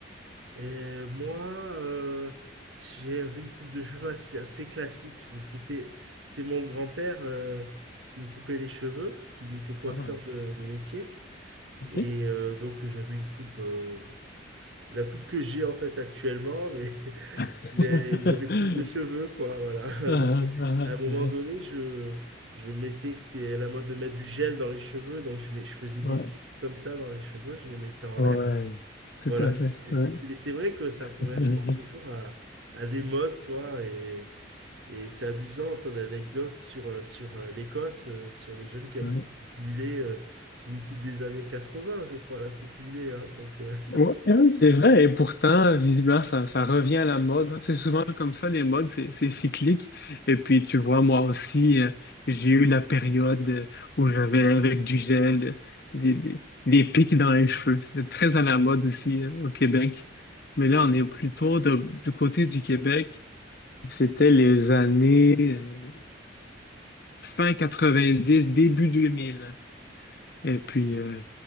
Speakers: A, on the right; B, on the left.
A: Et moi, euh, j'ai vu une coupe de cheveux assez, assez classique. C'était, c'était mon grand-père euh, qui me coupait les cheveux parce qu'il était coiffeur
B: Ah,
A: de de métier.
B: ok.
A: Et euh, donc j'avais une coupe, euh, la coupe que j'ai en fait actuellement, mais, <laughs>
B: <laughs>
A: mais j'avais plus de cheveux, quoi, voilà.
B: Ah,
A: <laughs> Donc
B: ah,
A: à un moment
B: ah,
A: donné,
B: ah.
A: je, je mettais, c'était à la mode de mettre du gel dans les cheveux, donc je, mets- je faisais
B: Ouais,
A: des pics comme ça dans les cheveux, je les mettais en
B: ouais,
A: l'air.
B: tout
A: Voilà,
B: à
A: c'était,
B: fait. Ouais.
A: c'était- mais c'est vrai que ça correspond
B: <laughs>
A: toujours à, à des modes, quoi. et et c'est amusant ton anecdote sur, euh, sur euh, l'Écosse, euh, sur les jeunes qui avaient
B: Ouais.
A: cette coupe mulet. euh, c'est une coupe des années 80, je crois, la coupe mulet. hein, donc, euh,
B: Ouais, ouais, c'est vrai, et pourtant, visiblement, ça, ça revient à la mode. hein. C'est souvent comme ça, les modes, c'est c'est cyclique. Et puis, tu vois, moi aussi, euh, j'ai eu la période euh, où j'avais avec du gel, euh, des, des, des pics dans les cheveux. C'était très à la mode aussi, euh, au Québec. Mais là, on est plutôt de- du côté du Québec. C'était les années euh, fin 90, début deux mille, Et
A: <laughs>
B: puis, euh,